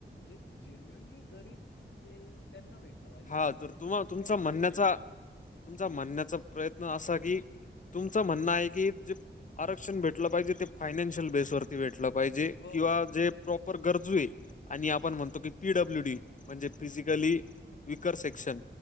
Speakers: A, on the left; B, on the left.
A: जे जेन्युनली गरीब त्यांना भेटलं पाहिजे,
B: हा
A: त्यांना
B: तर
A: फ्री
B: तुम्हा
A: ऑफ
B: तुमचा
A: कॉस्ट
B: म्हणण्याचा
A: तरी दिलं पाहिजे.
B: तुमचा म्हणण्याचा प्रयत्न असा की, तुमचं म्हणणं आहे की जे आरक्षण भेटलं पाहिजे ते फायनान्शियल बेसवर भेटलं पाहिजे,
A: हो
B: किंवा जे प्रॉपर गरजू आहेत आणि आपण म्हणतो की पीडब् पीडब्ल्यूडी म्हणजे फिजिकली... विकर सेक्शुअल